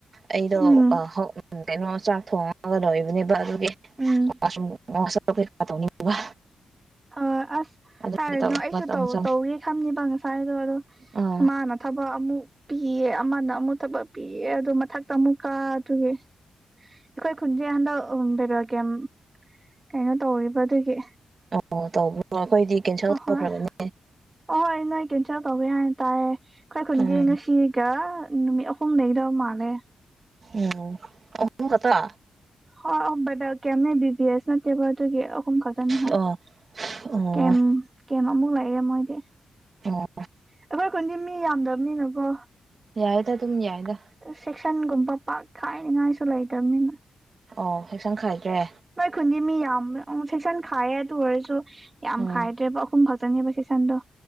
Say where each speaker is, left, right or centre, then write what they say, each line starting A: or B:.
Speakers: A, on the right; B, on the right.
A: ꯑꯩꯗꯣ
B: ꯎꯝ
A: ꯑ ꯍꯧ ꯀꯩꯅꯣ ꯆꯥꯛ ꯊꯣꯡꯉꯒ ꯂꯣꯏꯕꯅꯦꯕ ꯑꯗꯨꯒꯤ
B: ꯎꯝ
A: ꯋꯥꯁꯔꯨꯝ ꯋꯥꯁ ꯀꯩꯀꯥ ꯇꯧꯅꯤꯡꯕ
B: ꯍꯣꯏ ꯑꯁ
A: ꯑꯗꯨꯒꯤ
B: ꯍꯥꯏꯔꯅꯣ
A: ꯇꯧꯔꯒ
B: ꯑꯩꯁꯨ
A: ꯑꯃꯨꯛ
B: ꯇꯧ
A: ꯆꯪꯉꯦ
B: ꯇꯧꯒꯦ ꯈꯟꯅꯤꯕ ꯉꯁꯥꯏꯗꯣ ꯑꯗꯣ
A: ꯑꯥ
B: ꯏꯃꯥꯅ ꯊꯕꯛ ꯑꯃꯨꯛ ꯄꯤꯌꯦ ꯑꯃꯅ ꯑꯃꯨꯛ ꯊꯕꯛ ꯄꯤꯌꯦ ꯑꯗꯨ ꯃꯊꯛꯇ ꯑꯃꯨꯛꯀꯥ ꯑꯗꯨꯒꯤ ꯑꯩꯈꯣꯏ ꯈꯨꯟꯁꯦ ꯍꯟꯗꯛ ꯑꯝ ꯚꯦꯔꯔ ꯀꯦꯝ ꯀꯩꯅꯣ ꯇꯧꯔꯤꯕ ꯑꯗꯨꯒꯤ
A: ꯑꯣ ꯇꯧꯕ꯭ꯔꯣ ꯑꯩꯈꯣꯏꯗꯤ ꯀꯦꯟꯁꯦꯜ
B: ꯑꯣꯍꯣꯏ
A: ꯇꯧꯈ꯭ꯔꯕꯅꯤ
B: ꯑꯍꯣꯏ ꯅꯣꯏ ꯀꯦꯟꯁꯦꯜ ꯇꯧꯋꯦ ꯍꯥꯏꯅ ꯇꯥꯔꯦ ꯑꯩꯈꯣꯏ ꯈꯨꯟꯗꯤ
A: ꯎꯝ
B: ꯉꯁꯤ ꯀꯥ ꯅꯨꯃꯤꯠ ꯑꯍꯨꯝ ꯂꯩꯒꯗꯕ ꯃꯥꯜꯂꯦ
A: ꯎꯝ ꯑꯍꯨꯝ ꯈꯛꯇ
B: ꯍꯣꯏ ꯑꯍꯨꯝ ꯕꯥꯏꯕꯦꯜ ꯀꯦꯝꯅꯦ ꯕꯤ ꯕꯤ ꯑꯁ ꯅꯠꯇꯦꯕ ꯑꯗꯨꯒꯤ ꯑꯍꯨꯝ ꯈꯛ ꯇꯅꯤꯍꯥ
A: ꯑꯣ ꯑꯣ
B: ꯑꯦꯝ ꯀꯦꯝ ꯑꯃꯨꯛ ꯂꯩꯔꯦ ꯃꯣꯏꯗꯤ
A: ꯑꯣ
B: ꯑꯩꯈꯣꯏ ꯈꯨꯟꯗꯤ ꯃꯤ ꯌꯥꯝꯗꯕꯅꯤꯅꯀꯣ
A: ꯌꯥꯏꯗ ꯑꯗꯨꯝ ꯌꯥꯏꯗ
B: ꯁꯦꯛꯁꯟꯒꯨꯝꯕ ꯄꯥꯛ ꯈꯥꯏꯅꯤꯉꯥꯏꯁꯨ ꯂꯩꯇꯕꯅꯤꯅ
A: ꯑꯣ ꯁ‌ꯦꯛꯁꯟ ꯈꯥꯏꯗ꯭ꯔꯦ
B: ꯅ‌ꯣꯏ ꯈꯨꯟꯗꯤ ꯃꯤ ꯌꯥꯝ ꯑꯣ ꯁꯦꯛꯁꯟ ꯈꯥꯏꯌꯦ ꯑꯗꯨ ꯑꯣꯏꯔꯁꯨ ꯌꯥꯝ
A: ꯎꯝ
B: ꯈꯥꯏꯗ꯭ꯔꯦꯕ ꯑꯍꯨꯝ ꯈꯛ ꯇꯅ‌ꯦꯕ ꯁ‌ꯦꯛꯁꯟꯗ‌ꯣ